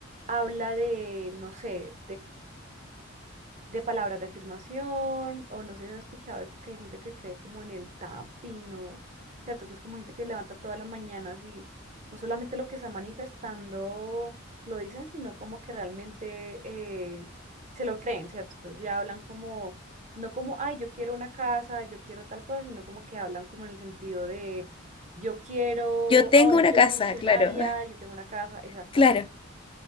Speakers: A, on the right; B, on the left.
A: habla de, no sé, de palabras de afirmación, o no sé si has escuchado esto que hay gente que cree como en el tapping, o cierto, que es como gente que levanta todas las mañanas y no solamente lo que está manifestando lo dicen, sino como que realmente eh, se lo creen, ¿cierto? Entonces ya hablan como, no como, ay, yo quiero una casa, yo quiero tal cosa, sino como que hablan como en el sentido de, yo quiero,
B: Yo tengo
A: ah, bueno,
B: una
A: yo
B: casa,
A: soy millonaria,
B: claro,
A: yo tengo una casa, exactamente.
B: <laughs> claro.